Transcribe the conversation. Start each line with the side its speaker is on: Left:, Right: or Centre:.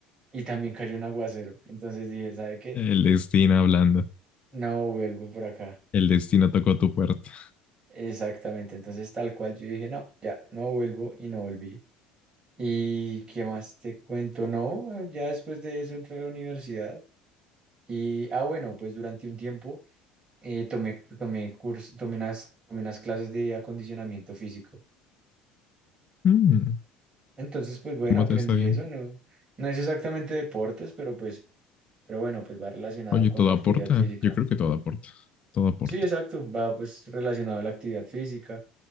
Right: y también cayó un aguacero. Entonces dije, ¿sabe qué?
Left: El destino hablando.
Right: No vuelvo por acá.
Left: El destino tocó tu puerta.
Right: Exactamente. Entonces tal cual yo dije, no, ya, no vuelvo y no volví. ¿Y qué más te cuento? No, ya después de eso entré a la universidad y, ah, bueno, pues durante un tiempo eh, tomé, tomé, curso, tomé unas, tomé unas clases de acondicionamiento físico.
Left: Mm,
Right: Entonces, pues bueno,
Left: ¿Cómo
Right: aprendí
Left: te está viendo?
Right: eso, no, no es exactamente deportes, pero pues, pero bueno, pues va relacionado
Left: Oye,
Right: con
Left: todo
Right: la actividad
Left: aporta.
Right: física.
Left: Yo creo que todo aporta. Todo aporta.
Right: Sí, exacto, va pues relacionado a la actividad física